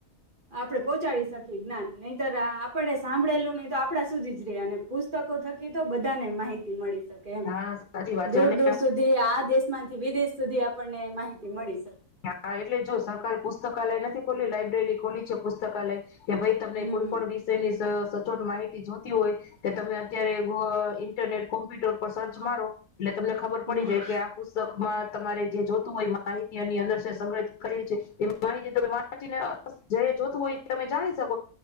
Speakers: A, on the right (about 35°); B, on the left (about 80°).
A: આપણે પહોંચાડી શકીએ જ્ઞાન નહિતર આપણે સાંભળેલું નહી તો આપડા સુધી જ રે અને પુસ્તકો થકી તો બધાને માહિતી મળી એમ
B: હા સાચી વાત
A: દૂર-દૂર
B: છે અને
A: સુધી આ દેશ માંથી વિદેશ સુધી આપણને માહિતી મળીશ.
B: હા એટલે જો સરકારે પુસ્તકાલય નથી ખોલ્યું લાયબ્રેરી કોની છે પુસ્તકાલય? કે ભાઈ તમને
A: હમ
B: કોઈ પણ વિષય ની સ સચોટ માહિતી જોતી હોય કે તમે અત્યારે અ ઇન્ટરનેટ કોમ્પ્યુટર પર સર્ચ મારો એટલે તમને ખબર
A: હમ
B: પડી જાય કે આ પુસ્તકમાં તમારે જે જોતું હોય આ ઈ એની અંદર સ સંગ્રહ કરી છે એ માહિતી તમે વાંચીને જયે જોતું હોય તમે જાની શક.